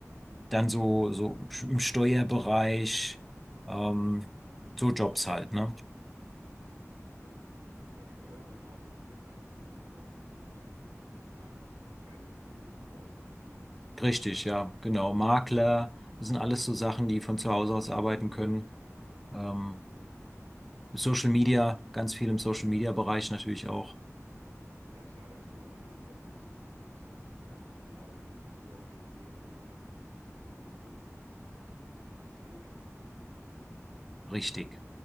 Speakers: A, in the centre; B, on the right.
A: dann so, so im Steuerbereich, ähm, so Jobs halt, ne?
B: Ah ja. Ja, Steuerberatung und dergleichen, die haben ja sowieso meist ihren kleinen, ihr kleines Büro zu Hause.
A: Richtig, ja, genau. Makler, das sind alles so Sachen, die von zu Hause aus arbeiten können. Ähm,
B: Ja.
A: Social Media, ganz viel im Social Media Bereich natürlich auch.
B: Ja klar, der On Online-Bereich so, sowieso, klar. Die arbeiten ja sowieso am PC online und wo die dann sitzen, ist ja kom- total egal.
A: Richtig.